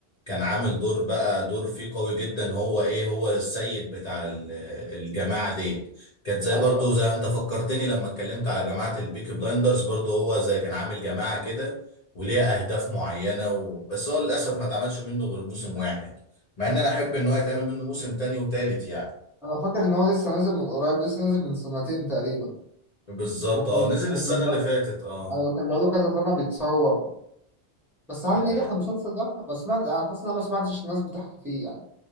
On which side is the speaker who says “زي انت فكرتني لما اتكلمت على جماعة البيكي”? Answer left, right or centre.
Left